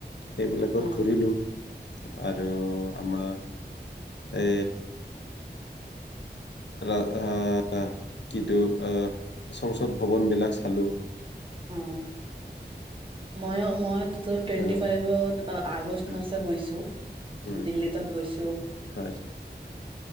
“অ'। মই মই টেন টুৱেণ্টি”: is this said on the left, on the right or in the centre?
Right